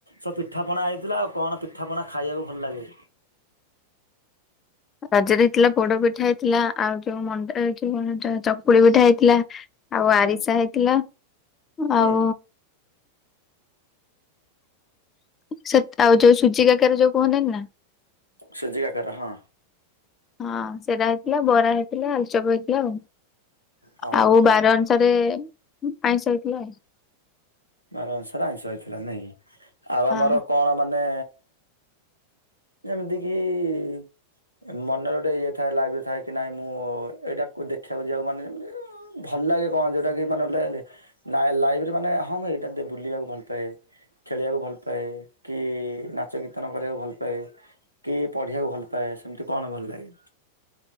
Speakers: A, on the right; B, on the left.
A: ସେ ପିଠାପଣା ହେଇଥିଲା ଆଉ କଣ ପିଠାପଣା ଖାଇବାକୁ ଭଲ ଲାଗେ?
B: <inaudible> ରଜରେ ହେଇଥିଲା ପୋଡ ପିଠା ହେଇଥିଲା ଆଉ ଯୋଉ ମଣ୍ଡା କଣ ଯଉ ଏଇଟା ଚକୁଳି ପିଠା ହେଇଥିଲା। ଆଉ
A: ହୁଁ
B: ଆରିସା ହେଇଥିଲା। ଆଉ
A: ହୁଁ
B: ସେ ଆଉ ଯୋଉ ସୁଜି କାକାର ଯୋଉ କୁହନ୍ତି ନି ନା
A: ସୁଜି କାକରା ହଁ।
B: ହଁ। ସେରା ହେଇଥିଲା ବରା ହେଇଥିଲା ଆଳୁ ଚପ ହେଇଥିଲା ଆଉ।
A: ହଁ
B: ଆଉ
A: ହଁ
B: ବାର ଅନୁସାରେ ଆଇଁଷ ହେଇଥିଲା।
A: ବାର ଅନୁସାରେ ଆଇଁଷ ହେଇଥିଲା ନାଇଁ। ଆଉ ଆମର
B: ହଁ।
A: କଣ ମାନେ ଯେମିତି କିି ମନରେ ଗୋଟେ ଇଏ ଥାଏ ଲାଗୁ ଥାଏ କି ନାଇଁ ମୁଁ ଏଇଟାକୁ ଦେଖିବାକୁ ଯିବାକୁ ମାନେ ଭ ଭଲ ଲାଗେ କଣ ଯଉଟା କି ମାନେ ଗୋଟେ ଲାଇଫ ରେ ମାନେ ହଁ ମୁଁ ଏଇଟାକୁ ବୁଲିବାକୁ ଭଲ ପାଏ। ଖେଳିବାକୁ ଭଲ ପାଏ କି ନାଚ କୀର୍ତ୍ତନ କରିବାକୁ ଭଲ ପାଏ। କି ପଢିବାକୁ ଭଲ ପାଏ। ସେମିତି କଣ ଭଲ ଲାଗେ?